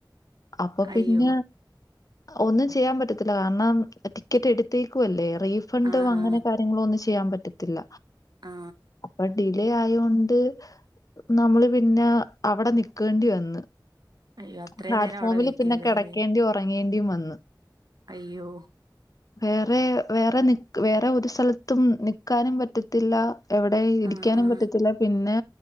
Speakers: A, on the left (about 50°); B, on the right (about 55°).
A: അപ്പൊ
B: അയ്യോ
A: പിന്ന. ഒന്നും ചെയ്യാൻ പറ്റത്തില്ല. കാരണം, ടിക്കറ്റ് എടുത്തേക്കു വല്ലേ? റീഫണ്ട്
B: ആ
A: അങ്ങനെ
B: ആ
A: കാര്യങ്ങളോന്നും ചെയ്യാൻ പറ്റത്തില്ല.
B: ആ
A: അപ്പണ്ടി.. ഡിലെ, ആയൊണ്ട് നമ്മള് പിന്നെ, അവടെ നിക്കേണ്ടി വന്ന്.
B: അയ്യോ അത്രയും
A: പ്ലാറ്റ്ഫോമില്.
B: നേരം അവിടെ വെയിറ്റ്
A: പിന്നെ,
B: ചെയ്തല്ലേ
A: കെടക്കേണ്ടിം, ഒ റങ്ങേണ്ടിം വന്ന്.
B: അയ്യോ?
A: വേറെ, വേറെ, നിക് വേറെ, ഒരു സ്ഥലത്തും നിക്കാനും പറ്റത്തില്ല. എവടെ ഇരിക്കാനും
B: ആ ആ
A: പറ്റ... റ്റത്തില്ല. പിന്നെ,